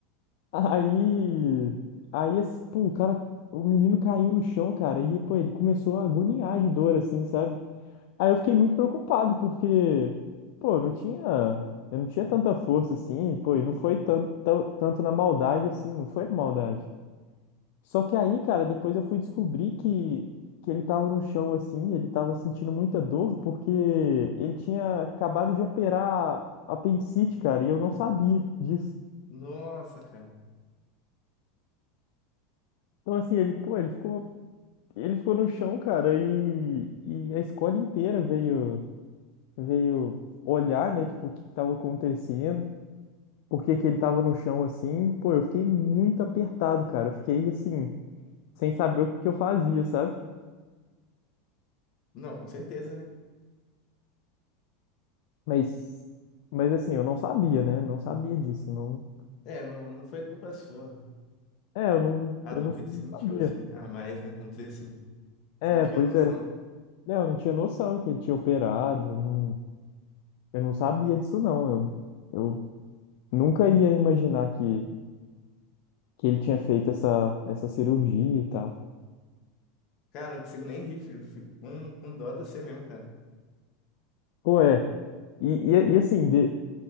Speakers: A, on the left; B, on the left.
A: Aí, aí, assim, pô, o cara, o menino caiu no chão, cara, e, pô, ele começou a agoniar de dor, assim, sabe? Aí eu fiquei muito preocupado, porque, pô, não tinha, eu não tinha tanta força, assim, pô, e não foi tanto, tanto na maldade, assim, não foi na maldade. Só que aí, cara, depois eu fui descobrir que, que ele tava no chão assim, ele tava sentindo muita dor porque ele tinha acabado de operar apendicite, cara, e eu não sabia disso.
B: Nossa, cara.
A: Então, assim, ele, pô, ele ficou, ele ficou no chão, cara, e, e a escola inteira veio, veio olhar, né, tipo, o que que tava acontecendo, por que que ele tava no chão assim. Pô, eu fiquei muito apertado, cara, eu fiquei assim, sem saber o que que eu fazia, sabe?
B: Não, com certeza, né?
A: Mas, mas assim, eu não sabia, né? Não sabia disso, não.
B: É, não, não foi culpa sua.
A: É, eu não,
B: A
A: eu
B: dor
A: não,
B: que ele
A: não
B: sentiu,
A: sabia.
B: assim, a mais, né? Vamos dizer assim.
A: É,
B: Você não tinha
A: pois
B: noção,
A: é.
B: né?
A: Né, eu não tinha noção que ele tinha operado, eu não, eu não sabia disso não. Eu, eu nunca ia imaginar que, que ele tinha feito essa, essa cirurgia e tal.
B: Cara, não consigo nem rir, filho. Fico com, com dó de você mesmo, cara.
A: Pô, é. E, e, e assim, de-